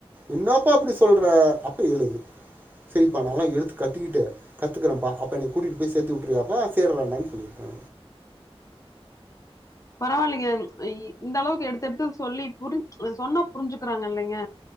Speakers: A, on the right; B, on the left.
A: என்னப்பா இப்டி சொல்ற அப்ப எழுது சரிப்பா நல்லா எழுத கத்துக்கிட்டு கத்துக்கறேப்பா அப்ப என்னை கூட்டிட்டு போயி சேத்து விட்ருயாப்பா சேரி சொல்லிருக்கே
B: பரவாயில்லைங்க இந்த அளவுக்கு எடுத்து எடுத்து சொல்லி புரிஞ் சொன்னா புரிஞ்சுக்கிறாங்க இல்லைங்க